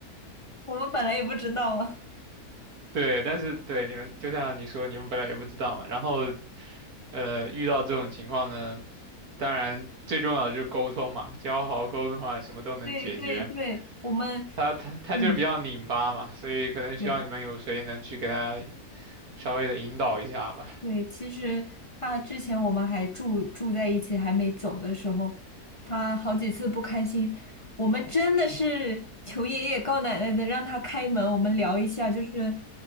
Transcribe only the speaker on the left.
我们本来也不知道啊。
<laughs> 对对对，我们，
嗯，
对。
对，其实他之前我们还住住在一起，还没走的时候，他好几次不开心，我们真的是求爷爷告奶奶的让他开门，我们聊一下，就是